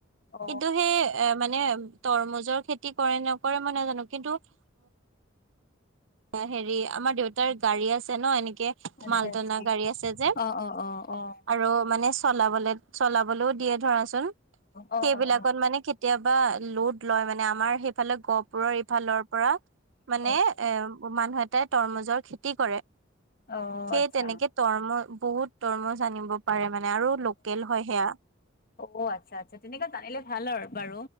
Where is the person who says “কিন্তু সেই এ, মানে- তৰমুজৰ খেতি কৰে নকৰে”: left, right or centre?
Right